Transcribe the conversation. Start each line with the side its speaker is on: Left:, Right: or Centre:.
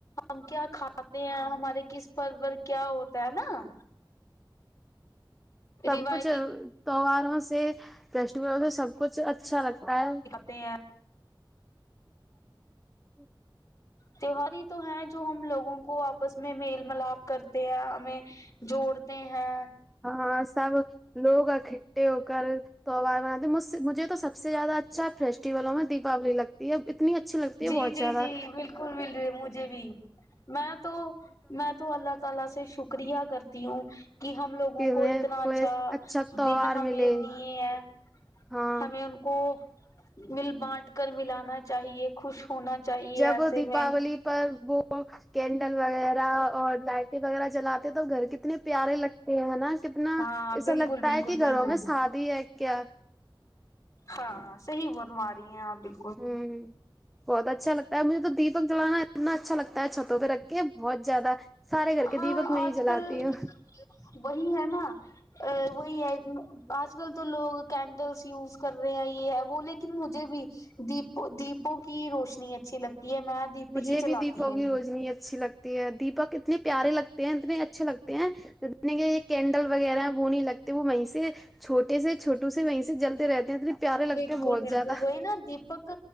Left: ہم کیا کھاتے ہیں ہمارے کس پر کیا ہوتا ہے نا
Centre: سب
Left: روایتی
Centre: کچھ تہواروں سے فیسٹیولوں سے سب کچھ اچھا لگتا ہے
Left: تی ہے
Centre: جی
Left: تہوار ہی تو ہے جو ہم لوگوں کو آس میں میل ملاپ کرتے ہیں ہمیں جوڑتے ہیں
Centre: ہاں سب لوگ اکٹھے ہو کر تووار بناتےجھ مجھے تو سب سے زیادہ اچھا فیسٹیولوں میں دیپاولی لگتی ہے اتنی اچھی لگتی ہے
Left: جی
Centre: بہت
Left: جی
Centre: زیادہ
Left: جی بالکل مل رہی مجھے بھی میں تو میں تو اللہ تعالی سے شکریہ کرتی ہوں کہ ہم لوگوں
Centre: کہ ہمیں
Left: کو اتنا اچھا
Centre: کوئی اچھا تہوار
Left: دن ہمیں
Centre: ملے
Left: دیے ہیں
Centre: ہاں
Left: ہمیں ان کو مل بانٹ کر ملانا چاہیے خوش ہونا چاہیے
Centre: جب
Left: ایسے
Centre: دیپاولی
Left: میں
Centre: پر وہ کینڈل وغیرہ اور لائٹیں وغیرہ جلاتے تو گھر کتنے پیارے لگتے ہیں نا کتنا
Left: ہاں
Centre: ایسا
Left: بالکل
Centre: لگتا
Left: بالکل
Centre: ہے کہ
Left: بالکل
Centre: گھروں میں شادی ہے کیا
Left: ہاں صحیح بنوا رہی ہیں آپ بال
Centre: ہوں بہت اچھا لگتا ہے مجھے تو دیپک جلانا اتنا اچھا لگتا ہے چھتوں پے رکھ کے بہت زیادہ سارے گھر کے
Left: ہاں
Centre: دیپک میں
Left: آج
Centre: ہی جلاتی
Left: کل
Centre: ہوں
Left: وہی ہے نا وہی ہے آج کل تو لوگ کینڈلس یوز کر رہے ہیں یہ ہے وہ لیکن مجھے بھی دیپ دیپوں کی روشنی اچھی لگتی ہے میں دیپ
Centre: مجھے
Left: ہی جلاتی
Centre: بھی دیپوں
Left: ہوں
Centre: کی روجنی اچھی لگتی ہے دیپک اتنے پیارے لگتے ہیں اتنے اچھے لگتے ہیں دنے یہ کینڈل وغیرہ وہ نہیں لگتے وہ وہیں سے چھوٹے سے چھوٹو سے وہیں سے جلتے رہتے ہیں اتنے پیارے لگتے
Left: بالکل
Centre: ہیں بہت
Left: بالکل
Centre: زیادہ
Left: وہی نا دیپک